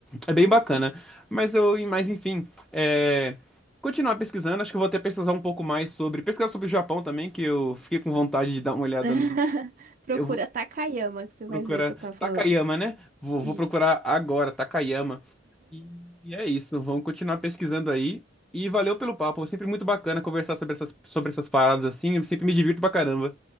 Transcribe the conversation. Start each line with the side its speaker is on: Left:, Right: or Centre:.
Centre: É bem
Right: Nossa,
Centre: bacana.
Right: sim.
Centre: Mas eu, mas enfim, é, continuar pesquisando, acho que eu vou até pesquisar um pouco mais sobre. Pesquisar sobre o Japão também, que eu fiquei com vontade de dar uma olhada
Right: <laughs>
Centre: no.
Right: Procura
Centre: Eu vou
Right: Takayama, que você
Centre: procurar
Right: vai ver o que eu tava falando.
Centre: Takayama, né? Vou, vou
Right: Isso.
Centre: procurar agora, Takayama. E e é isso, vamos continuar pesquisando aí. E valeu pelo papo, sempre muito bacana conversar sobre essas, sobre essas paradas assim, eu sempre me divirto pra caramba.